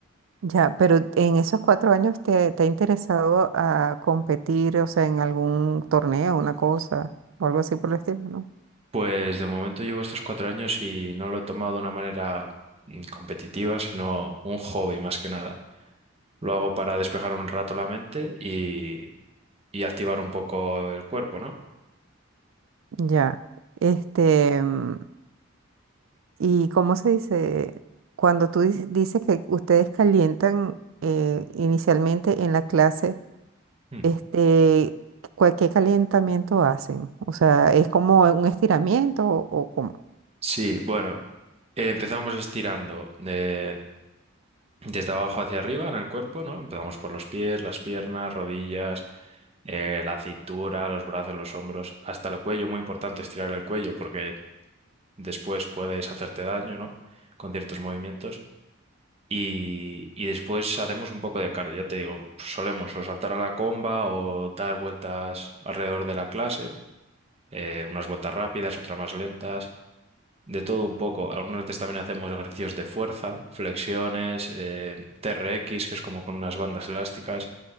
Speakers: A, on the right; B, on the right.
A: Ya, pero en esos cuatro años te, te ha interesado a competir, o sea, en algún torneo, una cosa, o algo así por el estilo, ¿no?
B: Pues de momento llevo estos cuatro años y no lo he tomado de una manera mm, competitiva, sino un hobby más que nada. Lo hago para despejar un rato la mente y, y activar un poco el cuerpo, ¿no?
A: Ya, este, mm, y cómo se dice, cuando tú dices dices que ustedes calientan eh, inicialmente en la clase,
B: Mm.
A: este, ¿cuál- ¿qué calentamiento hacen? O sea, ¿es como un estiramiento o, o cómo?
B: Sí, bueno, eh, empezamos estirando de- desde abajo hacia arriba en el cuerpo, ¿no? Empezamos por los pies, las piernas, rodillas, eh, la cintura, los brazos, los hombros, hasta el cuello. Muy importante estirar el cuello porque después puedes hacerte daño, ¿no? Con ciertos movimientos. Y, y después hacemos un poco de cardio. Ya te digo, solemos o saltar a la comba o dar vueltas alrededor de la clase eh, unas vueltas rápidas, otras más lentas, de todo un poco. Algunas veces también hacemos ejercicios de fuerza, flexiones, eh, TRX, que es como con unas bandas elásticas.